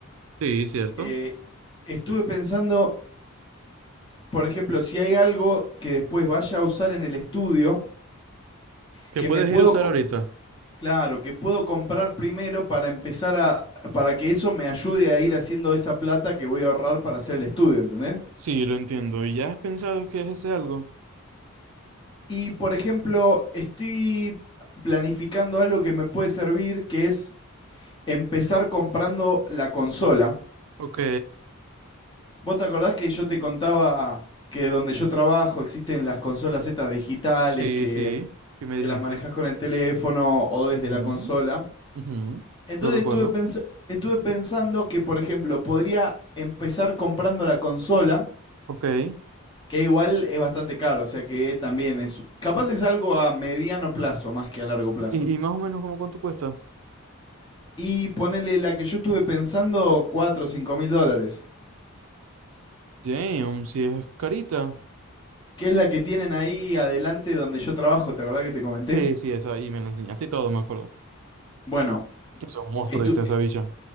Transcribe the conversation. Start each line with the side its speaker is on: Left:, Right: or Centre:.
Right: Sí, cierto.
Left: eh, estuve pensando, por ejemplo, si hay algo que después vaya a usar en el estudio,
Right: ¿Que
Left: que
Right: puedes
Left: me puedo,
Right: ir a usar
Left: com-
Right: ahorita?
Left: Claro, que puedo comprar primero para empezar a, para que eso me ayude a ir haciendo esa plata que voy a ahorrar para hacer el estudio, ¿entendés?
Right: Sí, lo entiendo. ¿Y ya has pensado qué es ese algo?
Left: Y por ejemplo, estoy planificando algo que me puede servir, que es empezar comprando la consola.
Right: Ok,
Left: ¿Vos te acordás que yo te contaba que donde yo trabajo existen las consolas estas digitales
Right: sí,
Left: que,
Right: sí, sí me
Left: que
Right: dijiste.
Left: las manejás con el teléfono o desde
Right: Ujú.
Left: la consola?
Right: Ujú,
Left: Entonces
Right: Lo recuerdo.
Left: estuve, pens- estuve pensando que, por ejemplo, podría empezar comprando la consola,
Right: Ok. ¿Y,
Left: que igual es bastante caro, o sea que también es, capaz es algo a mediano plazo más que a largo plazo.
Right: y más o menos cómo cuánto cuesta?
Left: Y ponerle la que yo estuve pensando, cuatro o cinco mil dólares,
Right: Damn, si es carita.
Left: que es la que tienen ahí adelante donde yo trabajo, ¿te acordás que te comenté?
Right: Sí, sí, esa. Y me la enseñaste y todo, me acuerdo.
Left: Bueno,
Right: Es un monstruo
Left: estu-
Right: ahorita esa bicha.